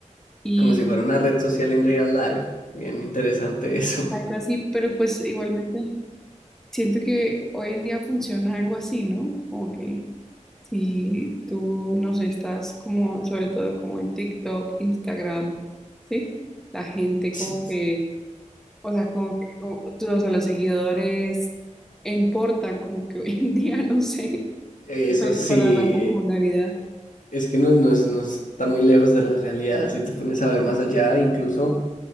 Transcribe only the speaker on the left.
Como si fuera una red social en real life. Bien interesante eso.
<laughs>
Eso
sí,
eh, es que no, no, es- no está muy lejos de la realidad, si te pones a ver más allá, incluso